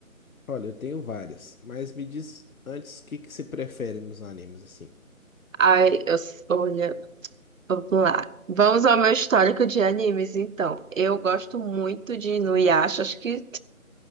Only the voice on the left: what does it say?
Olha, eu tenho várias, mas me diz antes o que que você prefere nos animes assim.